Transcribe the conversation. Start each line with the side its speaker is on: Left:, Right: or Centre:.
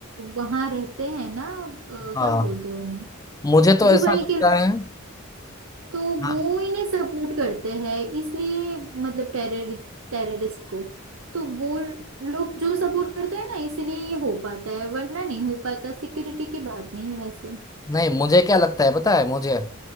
Right: वहां रहते हैं ना अ,
Left: हाँ
Right: क्या बोलते हैं उन्हें
Left: मुझे तो
Right: जो
Left: ऐसा
Right: वहीं
Left: लगता
Right: के लोग
Left: है
Right: तो
Left: हाँ
Right: वो इन्हें सपोर्ट करते हैं इसलिए मतलब टेररिस्ट टेररिस्ट को तो वो लोग जो सपोर्ट करते हैं ना इसलिए ये हो पाता है वरना नहीं हो पाता सिक्योरिटी की बात नहीं है वैसे
Left: नहीं मुझे क्या लगता है पता है मुझे